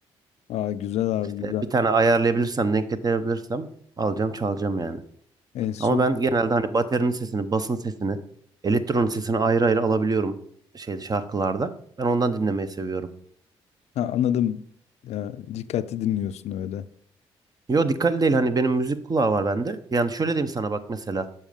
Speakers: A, on the left; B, on the right.
A: Aa, güzel abi
B: İşte
A: güzel.
B: bir tane ayarlayabilirsem, denk getirebilirsem alacağım, çalacağım yani.
A: En son
B: Ama ben genelde hani baterinin sesini, basın sesini, elektronun sesini ayrı ayrı alabiliyorum şeyde şarkılarda. Ben ondan dinlemeyi seviyorum.
A: ha, anladım. Ya, dikkatli dinliyorsun öyle.
B: Yo dikkatli değil hani benim müzik kulağı var bende. Yani şöyle diyeyim sana bak mesela.